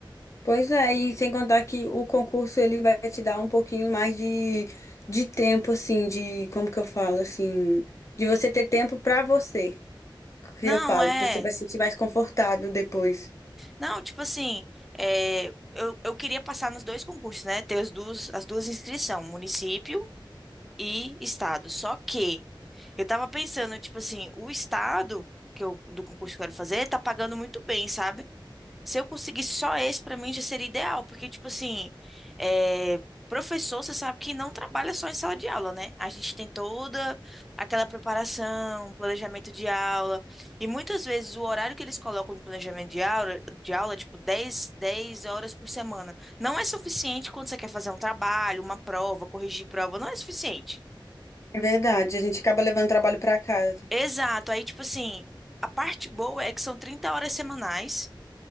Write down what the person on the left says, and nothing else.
Pois é, e sem contar que o concurso ele vai te dar um pouquinho mais de, de tempo, assim, de, como que eu falo, assim, de você ter tempo pra você. Que
eu falo,
você vai se sentir mais confortável depois.
É verdade, a gente acaba levando trabalho para casa.